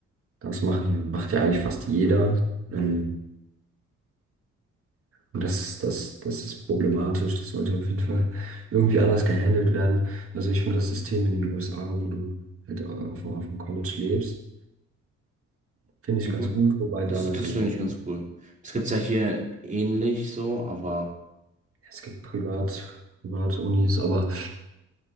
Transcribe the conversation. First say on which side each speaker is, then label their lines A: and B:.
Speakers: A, on the right; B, on the right.
A: Das machen ja, macht ja eigentlich fast jeder. Ähm, und das, das, das ist problematisch. Das sollte auf jeden Fall irgendwie anders gehandelt werden. Also ich finde das System in den USA, wo du halt auf, auf dem College lebst, finde ich
B: Mhm.
A: ganz gut, wobei da
B: Das,
A: natürlich
B: das finde
A: noch
B: ich ganz cool. Das gibt es ja hier ähnlich so, aber.
A: Es gibt Privat, Privatunis, aber